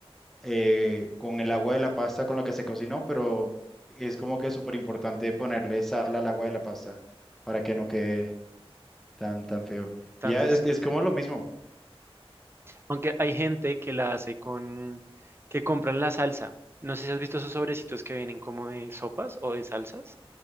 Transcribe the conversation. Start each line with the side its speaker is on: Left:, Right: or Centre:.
Centre: eh, con el agua de la pasta con la que se cocinó, pero es como que súper importante ponerle sal al agua de la pasta para que no quede tan, tan feo.
Right: Tan
Centre: Y ya
Right: de
Centre: es,
Right: esa.
Centre: es como lo mismo.
Right: Aunque hay gente que la hace con, que compran la salsa. No sé si has visto esos sobrecitos que vienen como de sopas o de salsas,